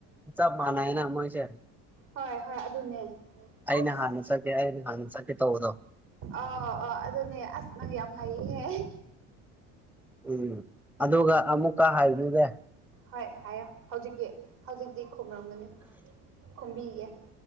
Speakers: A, in the centre; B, on the right.
A: ꯆ ꯃꯅꯥꯏꯅ ꯃꯣꯏꯁꯦ
B: ꯍꯣꯏ ꯍꯣꯏ ꯑꯗꯨꯅꯦ
A: ꯑꯩꯅ
B: ꯑꯁ
A: ꯍꯥꯟꯅ ꯆꯠꯀꯦ ꯑꯩꯅ ꯍꯥꯟꯅ ꯆꯠꯀꯦ ꯇꯧꯕꯗꯣ
B: ꯑꯥ ꯑꯥ ꯑꯗꯨꯅꯦ ꯑꯁ ꯅꯧ ꯌꯥꯝ ꯍꯩꯍꯦ
A: ꯎꯝ ꯑꯗꯨꯒ ꯑꯃꯨꯛꯀ ꯍꯥꯏꯅꯨꯒꯦ
B: ꯍꯣꯏ ꯍꯥꯏꯌꯣ ꯍꯧꯖꯤꯛꯤ ꯍꯧꯖꯤꯛꯇꯤ ꯈꯔꯝꯒꯅꯤ ꯈꯨꯝꯕꯤꯒꯦ